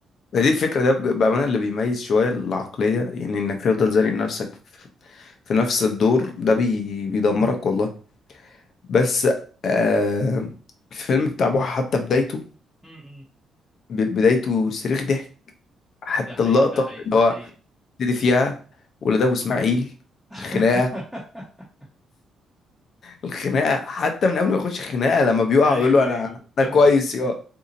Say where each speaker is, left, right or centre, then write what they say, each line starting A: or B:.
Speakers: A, on the left (about 60°); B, in the centre.
A: دي الفكره ده بج- بامانه اللي بيميز شويه العقليه يعني انك تفضل زانق نفسك في في نفس الدور ده بي... بيدمرك والله بس آه الفيلم بتاع بوحة حتى بدايته
B: م- م.
A: ب- بدايته صريخ ضحك حتى
B: ده حقيقي
A: اللقطة
B: ده حقيقي
A: اللي
B: ده
A: هو
B: حقيقي
A: ابتدي فيها ولاد أبو إسماعيل
B: <laughs>
A: الخناقة الخناقة حتى من قبل ما يخش الخناقة لما بيقع
B: ايوه
A: ويقول له
B: ايوه
A: أنا
B: فاهمك
A: أنا كويس يا